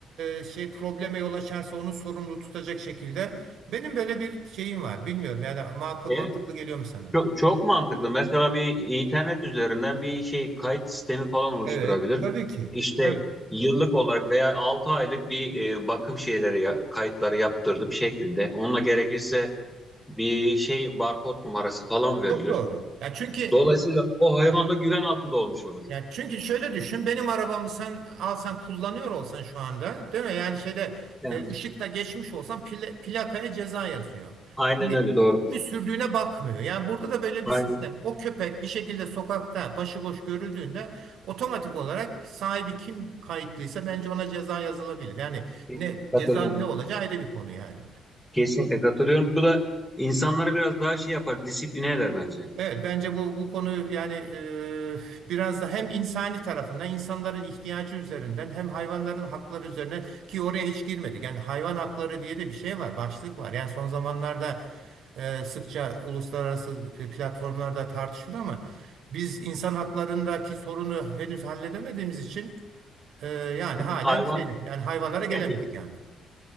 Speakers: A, on the right (about 75°); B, in the centre.
A: e, şey probleme yol açarsa onu sorumlu tutacak şekilde. Benim böyle bir şeyim var. Bilmiyorum yani makul,
B: Evet,
A: mantıklı geliyor mu sana?
B: Çok, çok mantıklı. Mesela bir internet üzerinden bir şey kayıt sistemi falan oluşturabilir.
A: Evet, tabii ki.
B: İşte
A: Tabii.
B: yıllık olarak veya 6 aylık bir e, bakım şeyleri ya- kayıtları yaptırdım şeklinde. Onunla gerekirse bir şey barkod numarası falan verilir.
A: Çok doğru. Ya çünkü
B: Dolayısıyla o hayvan
A: He.
B: da güven altında olmuş olur.
A: Yani çünkü şöyle düşün benim arabamı sen alsan kullanıyor olsan şu anda değil mi? Yani şeyde
B: Evet.
A: e, ışıkta geçmiş olsan pla- plakaya ceza yazıyor.
B: Aynen
A: Yani
B: öyle doğru.
A: kimi sürdüğüne bakmıyor. Yani burada da böyle
B: Aynen.
A: bir sistem. O köpek bir şekilde sokakta başıboş görüldüğünde otomatik olarak sahibi kim kayıtlıysa bence ona ceza yazılabilir. Yani
B: Kesinlikle
A: ne
B: katılıyorum.
A: ceza ne olacağı ayrı bir konu yani.
B: Kesinlikle katılıyorum. Bu da insanlara biraz daha şey yapar, disipline eder bence.
A: Evet, bence bu bu konu yani e, biraz da hem insani tarafından insanların ihtiyacı üzerinden hem hayvanların hakları üzerine ki oraya hiç girmedik. Yani hayvan hakları diye de bir şey var, başlık var. Yani son zamanlarda e, sıkça uluslararası platformlarda tartışılıyor ama biz insan haklarındaki sorunu henüz halledemediğimiz için e, yani
B: Değil
A: halen
B: mi? Hayvan
A: şeydi yani hayvanlara gelemedik
B: <laughs>
A: yani.